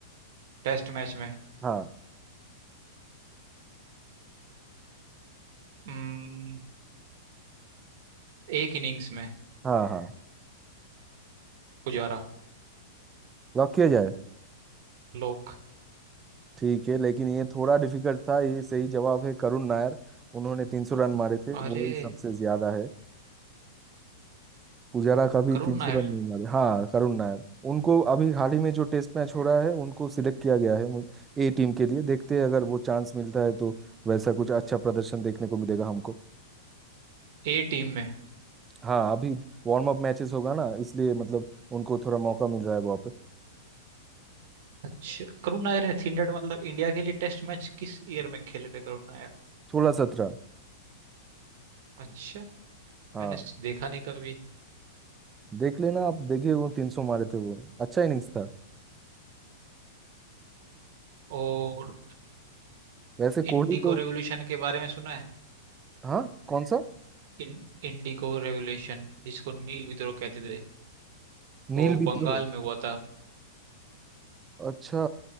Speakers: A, on the right; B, on the right.
A: टेस्ट मैच में
B: हाँ
A: हम्म, एक इनिंग्स में
B: हाँ हाँ
A: पुजारा
B: लॉक किया जाए
A: लोक
B: ठीक है लेकिन ये थोड़ा डिफिकल्ट था ये सही जवाब है करुण नायर उन्होंने तीन सौ रन मारे थे
A: अरे
B: वही सबसे ज्यादा है पुजारा का भी
A: करुण
B: तीन सौ
A: नायर
B: रन नहीं मारे हाँ करुण नायर उनको अभी हाल ही में जो टेस्ट मैच हो रहा है उनको सिलेक्ट किया गया है ए टीम के लिए देखते हैं अगर वो चांस मिलता है तो वैसा कुछ अच्छा प्रदर्शन देखने को मिलेगा हमको
A: ए टीम में
B: हाँ अभी वार्म अप मैचेस होगा ना इसलिए मतलब उनको थोड़ा मौका मिल रहा है वहाँ पे
A: अच्छा करुण नायर ने थीन डेड मतलब इंडिया के लिए टेस्ट मैच किस ईयर में खेले थे करुण नायर
B: सोलह सत्रह
A: अच्छा
B: हाँ
A: मैंने स- देखा नहीं कभी
B: देख लेना आप देखिए वो तीन सौ मारे थे वो अच्छा इनिंग्स था
A: और
B: वैसे
A: इंडी
B: कोहली तो
A: को रेवोल्यूशन के बारे में सुना है
B: हाँ कौन सा
A: इन इंडी को रेवोल्यूशन जिसको नील विद्रोह कहते थे वो
B: नील विद्रोह
A: बंगाल में हुआ था
B: अच्छा